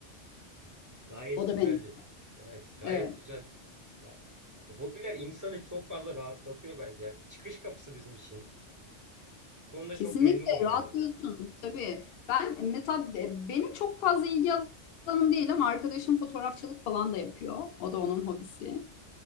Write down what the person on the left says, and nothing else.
O da
benziyor.
Evet.
Kesinlikle
rahatlıyorsun
tabii. Ben mesela be- benim çok fazla ilgi alanım değil ama arkadaşım fotoğrafçılık falan da yapıyor. O da onun hobisi.